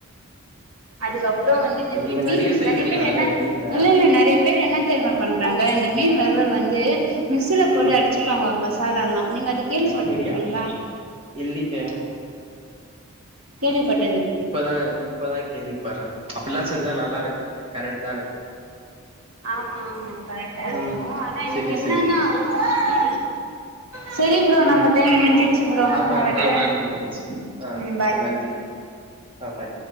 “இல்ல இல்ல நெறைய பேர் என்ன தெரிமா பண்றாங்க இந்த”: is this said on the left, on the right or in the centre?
Right